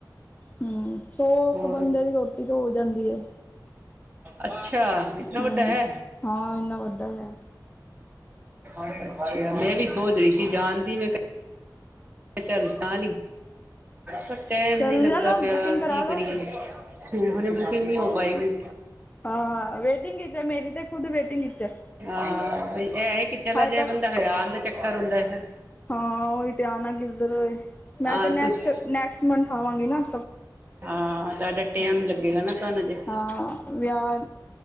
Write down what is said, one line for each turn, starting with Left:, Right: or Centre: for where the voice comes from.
Left: ਹੂੰ ਸੌ
Right: ਹੋਰ
Left: ਕੁ ਬੰਦੇ ਦੀ ਰੋਟੀ ਤੇ ਹੋ ਜਾਂਦੀ ਹੈ।
Right: ਅੱਛਾ। ਇਤਨਾ
Left: ਹੂੰ,
Right: ਵੱਡਾ ਹੈ
Left: ਹਾਂ ਇਨਾ ਵੱਡਾ ਹੈ।
Right: ਅੱਛਾ ਮੈਂ ਵੀ ਸੋਚ ਰਹੀ ਸੀ ਜਣ ਦੀ ਮੈਂ ਕ- ਕਿਆ ਚੱਲ ਨਾਲ ਈ ਪਰ ਟੈਮ
Left: ਚੱਲ
Right: ਨੀ ਲੱਗਦਾ
Left: ਜਾਣਾ
Right: ਪਿਆ
Left: ਬੁਕਿੰਗ ਕਰਾ
Right: ਕੀ
Left: ਲੋ।
Right: ਕਰੀਏ। ਹ ਹੁਣੇ ਬੁਕਿੰਗ ਨਹੀਂ ਹੋ ਪਾਏਗੀ।
Left: ਹਾਂ ਵੇਟਿੰਗ ਚ ਐ ਮੇਰੀ ਤੇ ਖੁਦ ਵੇਟਿੰਗ ਚ ਹੈ।
Right: ਹਾਂ ਬ ਇਹ ਹੀ ਕਿ ਚਲਾ
Left: ਹਜੇ
Right: ਜਾਏ
Left: ਤੱਕ
Right: ਬੰਦਾ ਫੇਰ ਆਂਣ ਦਾ ਚੱਕਰ ਹੁੰਦਾ ਫੇਰ।
Left: ਹਾਂ ਉਹੀ ਤੇ ਆਣਾ ਕਿੱਧਰ ਏ ਮੈਂ
Right: ਹਾਂ
Left: ਤੇ ਨੈਕਸਟ
Right: ਤੁਸ
Left: ਨੈਕਸਟ ਮੰਥ ਆਵਾਂਗੀ ਨਾ।
Right: ਹਾਂ ਤੁਆਡਾ ਟਾਈਮ ਲੱਗੇਗਾ ਨਾ ਤੁਆਨੂੰ ਜੇ
Left: ਹਾਂ ਵਿਆਹ